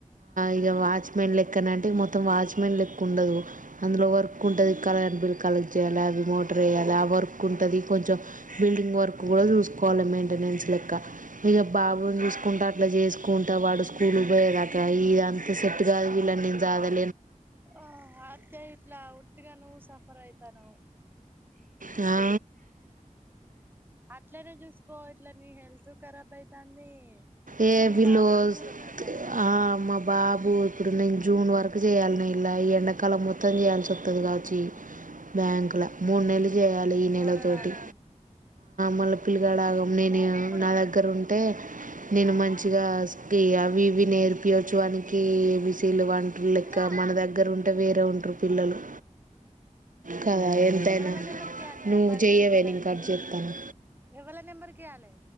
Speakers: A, on the right; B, on the right.
A: ఇగ వాచ్మెన్ లెక్కన అంటే మొ మొత్తం వాచ్మెన్ లెక్క ఉండదు అందులో వర్క్ ఉంటుంది కలర్ బిల్ కలెక్ట్ చేయాలి అది మోటర్ వేయాలి ఆ వర్క్ ఉంటుంది కొంచెం బిల్డింగ్ వర్క్ కూడా చూసుకోవాలి మెయింటెనెన్స్ లె కా ఇగ బాబుని చూసుకుంటా అట్లా చేసుకుంటా వాడు స్కూల్ పోయేదాకా ఇదంత సెట్ కాదు వీళ్ళని నేను జాదన్
B: ఆ అక్కే ఇట్లా ఒట్టిగా నువ్వు సఫర్ అయితనవ్
A: ఆ
B: అట్లనే చూసుకో ఇట్ల నీ హెల్త్ ఖరాబ్ అయితాంది
A: ఏ
B: మీ
A: వీళ్ళు
B: బాబుకు దూరం
A: స్
B: అయితానవు
A: ఆ మ బాబు ఇప్పుడు నేను జూన్ వరకు చేయాలనే ఇలా ఎండాకాలం మొత్తం చేయాల్సి వస్తుంది కావచ్చు బ్యాంకులో మూడు నెలలు చేయాలి ఈ
B: పోరడాగం
A: నెల తోటి మళ్ళీ పిల్లగడ ఆగం నేను
B: ఏ ఇప్పుడు
A: నా దగ్గర ఉం తే నేను మంచిగా స్కిలి అవి ఇవి నేర్పియచ్చు వానికి ఎ బి సీ లు వన్ <unintelligible>
B: ఇట్రా
A: మన దగ్గర ఉం అంత ఏం వేరే ఉంట్రు పిల్లలు కదా ఎంతైనా
B: ఎవళ నెంబర్కియేయాలనే
A: నువ్వు
B: పది
A: చేయవే
B: నిమిషాలు
A: నేను
B: అయింది
A: కట్ చేస్తాను
B: ఎవళ నెంబర్కియేయలే